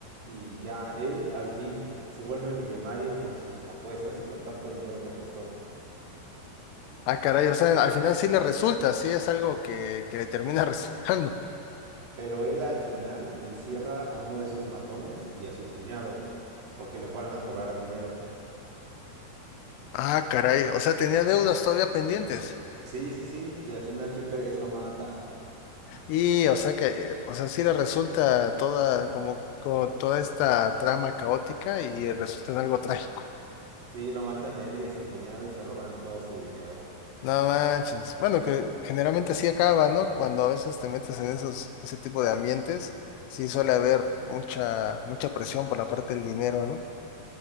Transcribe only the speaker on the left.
Ah, caray, o sea, al final sí le resulta, sí es algo que, que le termina <laughs> resultando.
Ah, caray, o sea, tenía deudas todavía pendientes.
Y, o sea que, eh, o sea, sí le resulta toda, como, como toda esta trama caótica y resulta en algo trágico.
No manches. Bueno, que generalmente así acaba, ¿no? Cuando a veces te metes en esos, ese tipo de ambientes, sí suele haber mucha, mucha presión por la parte del dinero, ¿no?